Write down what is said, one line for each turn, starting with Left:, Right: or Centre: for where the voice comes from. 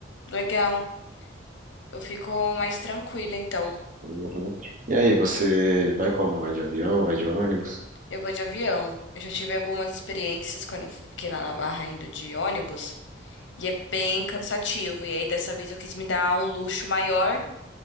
Left: Legal. Eu fico mais tranquila, então.
Right: Uhum. E aí, você vai como? Vai de avião? Vai de ônibus?
Left: Eu vou de avião. Eu já tive algumas experiências quando eu fiquei lá na Barra indo de ônibus. E é bem cansativo. E aí, dessa vez, eu quis me dar um luxo maior